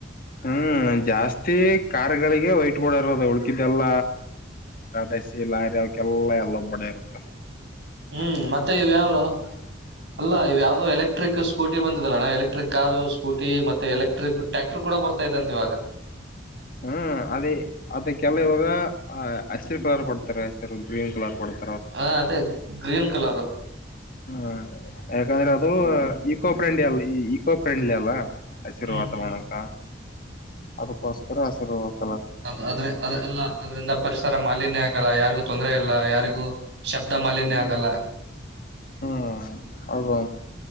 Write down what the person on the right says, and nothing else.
ಹ್ಮ್ ಮತ್ತೆ ಇವ ಯಾವ ಅಲ್ಲ ಇವ ಯಾವ್ದೋ ಎಲೆಕ್ಟ್ರಕ್ ಸ್ಕೂಟಿ ಬಂದಿದ ಅಲ್ಲಣ ಎಲೆಕ್ಟ್ರಿಕ್ ಕಾರು ಸ್ಕೂಟಿ ಮತ್ತ ಎಲೆಕ್ಟ್ರಿಕ್ ಟ್ಯಾಕ್ಟರ್ ಕೂಡ ಬರ್ತದೆ ಇದಂತ ಇವಾಗ
ಹಾ ಅದೇ ಗ್ರೀನ್ ಕಲರ್
ಹ್ಮ್ ಹ್ಮ್
ಅ್ರೆ ಅಲ್ಲ ಅದ್ರಿಂದ ಪರಿಸರ ಮಾಲಿನ್ಯ ಆಗಲ್ಲ ಯಾರ್ಗೊ ತೊಂದ್ರ ಅಲ್ಲ ಯಾರಿಗೂ ಶಬ್ದ ಮಾಲಿನ್ಯ
ಆಗಲ್ಲ